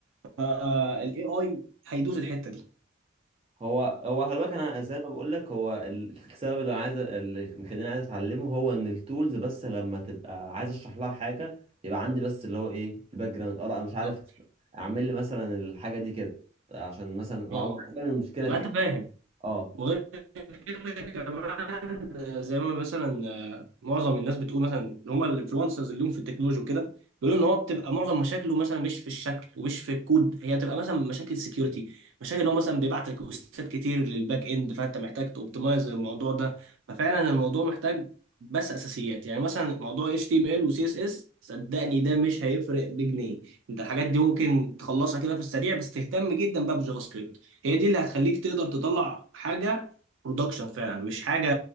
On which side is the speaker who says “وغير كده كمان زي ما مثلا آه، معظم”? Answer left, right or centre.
Right